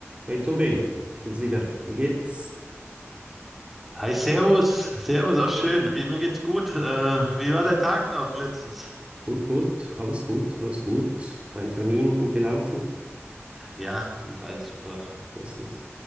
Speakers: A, on the right; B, in the centre.
A: Hey Tori, ich bin's wieder. Wie geht's?
B: Hi, Servus. Servus, auch schön. Wie, mir geht's gut. Äh, wie war dein Tag noch letztens?
A: Gut, gut, alles gut, alles gut. Dein Termin gut gelaufen?
B: Ja, lief alles super.
A: Bestens.